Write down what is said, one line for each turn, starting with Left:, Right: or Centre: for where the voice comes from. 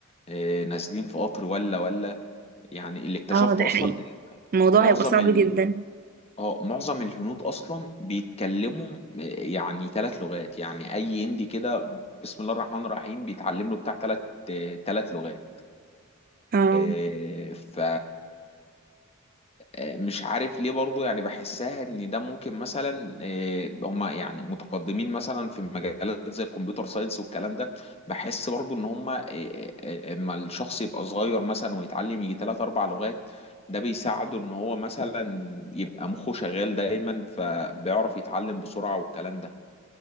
Left: آه، نازلين في قطر ولا ولا يعني اللي اكتشفته
Right: اه ده حقيقي
Left: اصلا إن
Right: الموضوع
Left: معظم
Right: هيبقى صعب
Left: ال...
Right: جدا
Left: اه معظم الهنود اصلا بيتكلموا آه، يعني ثلاث لغات يعني اي هندي كده بسم الله الرحمن الرحيم بيتعلم له بتاع ثلاث ثلاث لغات
Right: اه
Left: آه، ف آه، مش عارف ليه برضو يعني بحسها ان ده ممكن مثلا آه، هم يعني متقدمين مثلا في مجالات زي الكمبيوتر ساينس والكلام ده بحس برضو ان هم آه، آه، آه، اما الشخص يبقى صغير مثلا ويتعلم يجي ثلاث اربع لغات ده بيساعده ان هو مثلا يبقى مخه شغال دايما فبيعرف يتعلم بسرعة والكلام ده